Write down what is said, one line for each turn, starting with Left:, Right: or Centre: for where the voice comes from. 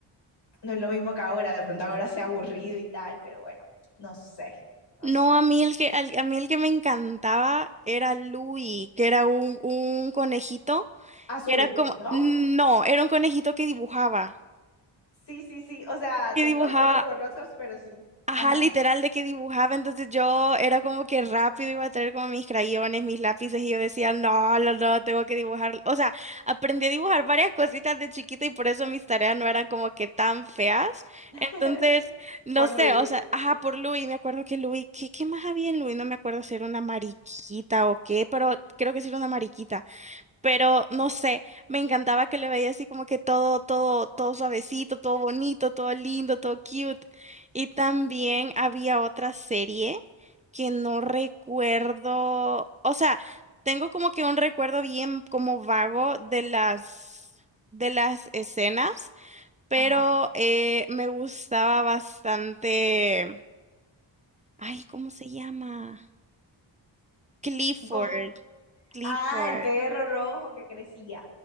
Left: no es lo mismo que ahora. De pronto ahora sea aburrido y tal, pero bueno, no sé, no
Right: No,
Left: sé.
Right: a mí el que, al- a mí el que me encantaba era Louis, que era un, un conejito,
Left: Azul,
Right: que era como,
Left: ¿no?
Right: no, era un conejito que dibujaba,
Left: Sí, sí, sí. O sea,
Right: que
Left: tengo
Right: dibujaba
Left: recuerdos borrosos, pero sí.
Right: Ajá,
Left: Ajá.
Right: literal de que dibujaba, entonces yo era como que rápido iba a traer como mis crayones, mis lápices y yo decía, no, no, no, tengo que dibujar. O sea, aprendí a dibujar varias cositas de chiquita y por eso mis tareas no eran como que tan feas.
Left: <laughs>
Right: Entonces, no
Left: Por
Right: sé,
Left: Louis.
Right: o sea, ajá, por Luis, me acuerdo que Luis, ¿qué, qué más había en Luis? No me acuerdo si era una mariquita o qué, pero creo que sí era una mariquita pero no sé, me encantaba que le veía así como que todo, todo, todo suavecito, todo bonito, todo lindo, todo cute. Y también había otra serie que no recuerdo, o sea, tengo como que un recuerdo bien como vago de las, de las escenas, pero
Left: Ajá.
Right: eh, me gustaba bastante, ay, ¿cómo se llama? Clifford.
Left: Con-
Right: Clifford.
Left: Ah, el perro rojo que crecía.